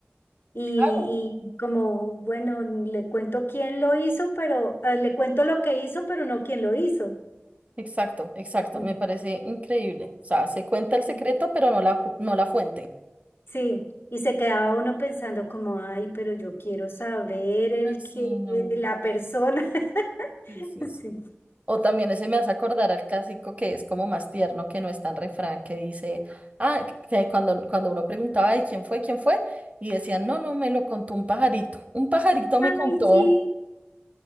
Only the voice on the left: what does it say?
y,
y como, bueno, le cuento quién lo hizo, pero eh, le cuento lo que hizo, pero no quién lo hizo.
Mm.
Y-
sí, y se quedaba uno pensando como, ay, pero yo quiero saber el
que,
la persona. <laughs>
Sí.
Ay, sí,